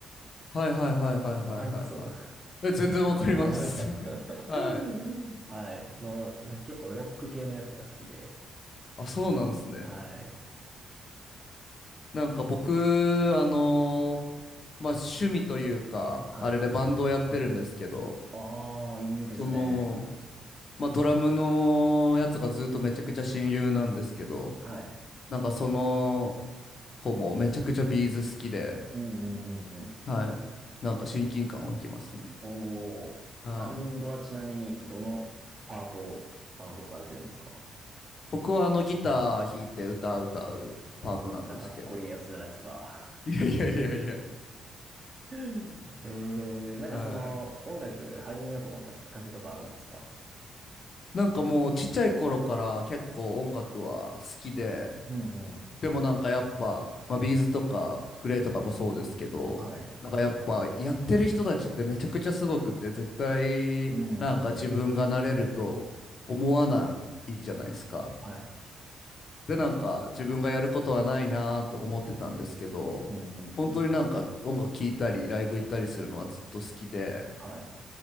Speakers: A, on the left; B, on the right.
A: はいはいはいはいはいはいはい。
B: わかります <laughs> わ
A: え、全然わかります。
B: かりますか <laughs>
A: <laughs> はい。
B: はい。の、な結構ロック系のやつが好きで。
A: あ、そうなんですね。
B: はい。
A: なんか僕、あのーまあ、趣味というか、
B: はい。
A: あれでバンドをやってるんですけど、
B: ああ、いいですね。
A: その、まあ、ドラムのやつがずっとめちゃくちゃ親友なんですけど、
B: はい。
A: なんかその子もめちゃくちゃビーズ好きで、
B: うんうんうんうん。
A: はい、なんか親近感湧きますね。
B: おお。
A: はい。
B: バンドはちなみにどのパートを担当されてるんですか
A: 僕はあのギター弾いて歌う歌うパートなんですけど、
B: めっちゃかっこいいやつじゃないですか。
A: いやいやいやいや、
B: <laughs> えー、なんかその音楽始めようと思ったきっかけとかあるんですか
A: はい。なんかもうちっちゃい頃から結構音楽は好きで、
B: うんうん。
A: でもなんかやっぱ、まあ、ビーズとかグレーとかもそうですけど、
B: はい。
A: なんかやっぱやってる人たちってめちゃくちゃすごくて、絶対なんか自分がなれると思わないじゃないですか。
B: うんうん。はい。
A: で、なんか自分がやることはないなと思ってたんですけど、
B: うんうんうん。
A: 本当になんか音楽聴いたりライブ行ったりするのはずっと好きで、
B: はい。